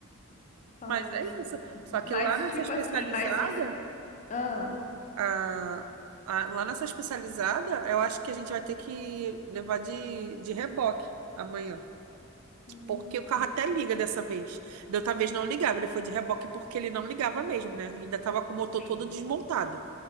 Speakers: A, on the left; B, on the right.
A: Falou,
B: Mas é
A: sim.
B: isso. Só que
A: Mas,
B: lá nessa
A: tipo
B: especializada,
A: assim, mas isso. Ah,
B: a, a- lá nessa especializada, eu acho que a gente vai ter que levar de, de reboque amanhã.
A: hum,
B: Porque o carro até liga dessa vez. Da outra vez não ligava, ele foi de reboque porque ele não ligava mesmo, né? Ainda tava com o motor
A: sim,
B: todo desmontado.